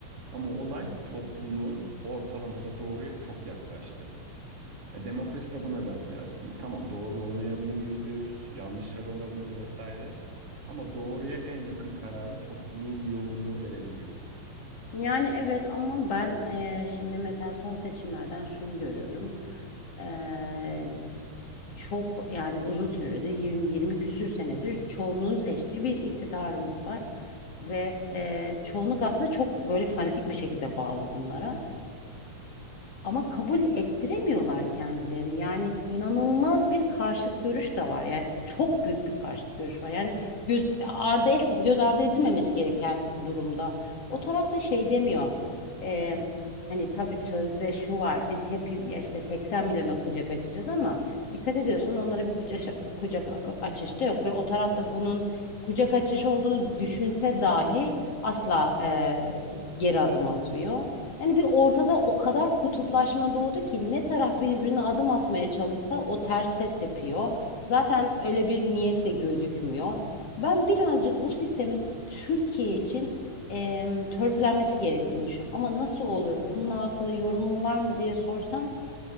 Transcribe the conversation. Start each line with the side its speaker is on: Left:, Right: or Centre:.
Right: Ama olay topluluğun ortalamada doğruya çok yaklaştı. Ya demokrasi de buna benziyor aslında. Tamam doğru olmayabilir %100, yanlışları olabilir vesaire. Ama doğruya en yakın kararı topluluğun yoğunluğu verebiliyor.
Left: Yani evet ama ben eee, şimdi mesela son seçimlerden şunu görüyorum. Eee, çok yani uzun süredir 20, 20 küsür senedir çoğunluğun seçtiği bir iktidarımız var. Ve eee, çoğunluk aslında çok böyle fanatik bir şekilde bağlı bunlara ama kabul ettiremiyorlar kendilerini. Yani inanılmaz bir karşıt görüş de var. Yani çok büyük bir karşıt görüş var. Yani göz ardı etme, göz ardı edilmemesi gereken durumda. O tarafta şey demiyor. Ee, hani tabii sözde şu var. Biz hep ya işte 80 milyona kucak açacağız ama dikkat ediyorsan onlara bir kucak kucak açış da yok ve o tarafta bunun kucak açış olduğunu düşünse dahi asla e, geri adım atmıyor. Yani bir ortada o kadar kutuplaşma doğdu ki ne taraf birbirine adım atmaya çalışsa o terse tepiyor. Zaten öyle bir niyet de gözükmüyor. Ben birazcık bu sistemin Türkiye için em, törpülenmesi gerektiğini düşünüyorum. Ama nasıl olur? Bununla alakalı yorumun var mı diye sorsan